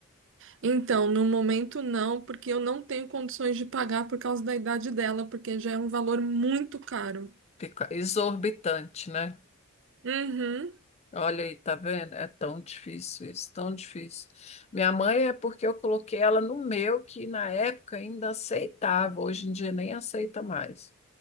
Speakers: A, on the right; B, on the left.
A: Então, no momento não, porque eu não tenho condições de pagar por causa da idade dela, porque já é um valor muito caro.
B: Fica exorbitante, né?
A: Uhum.
B: Olha aí, tá vendo? É tão difícil isso, tão difícil. Minha mãe é porque eu coloquei ela no meu, que na época ainda aceitava, hoje em dia nem aceita mais.